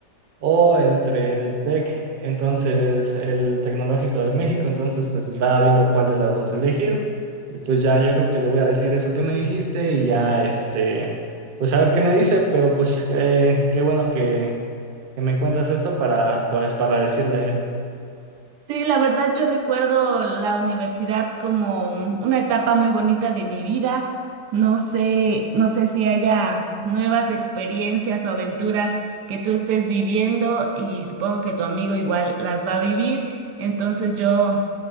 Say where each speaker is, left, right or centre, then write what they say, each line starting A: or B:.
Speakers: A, on the right (about 55°); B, on the right (about 75°).
A: o entre el TEC, entonces el Tecnológico de México, entonces pues estaba viendo cuál de las dos elegir. Y pues ya yo creo que le voy a decir eso que me dijiste y ya este, pues a ver qué me dice, pero pues eh, qué bueno que, que me cuentas esto para pues para decirle a él.
B: Sí, la verdad yo recuerdo la universidad como mm, una etapa muy bonita de mi vida. No sé, no sé si haya nuevas experiencias o aventuras que tú estés viviendo y supongo que tu amigo igual las va a vivir. Entonces yo